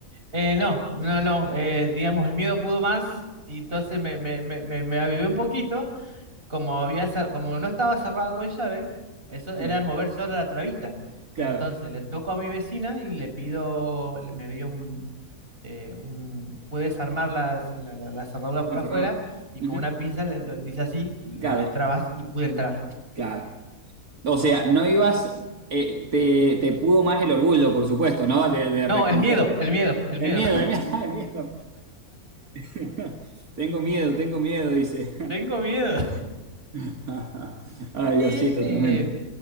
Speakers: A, on the right; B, on the right.
A: Eh, no, no, no, eh, digamos, el miedo pudo más y entonces me, me, me, me, me avivé un poquito como había, cer- como no estaba cerrado con llave, eso
B: Sí,
A: era mover sola la trabita.
B: claro,
A: Entonces le toco a mi vecina y le pido, le- me dio un, eh, un- pude desarmar las- la, la- la cerradura por
B: la
A: afuera
B: cerradora.
A: y
B: Ujú.
A: con una pinza le, lo- le hice así, la
B: Claro,
A: destrabas y pude entrar.
B: claro. O sea, no ibas, eh, te, te pudo más el orgullo, por supuesto, ¿no? De, de
A: No,
B: reconocer.
A: el miedo, el miedo, el
B: El
A: miedo.
B: miedo,
A: <laughs>
B: el miedo, <laughs> el miedo. <laughs> Tengo miedo, tengo miedo, dice.
A: Tengo miedo.
B: <laughs> Ay,
A: Y
B: Dios, sí, totalmente.
A: eh,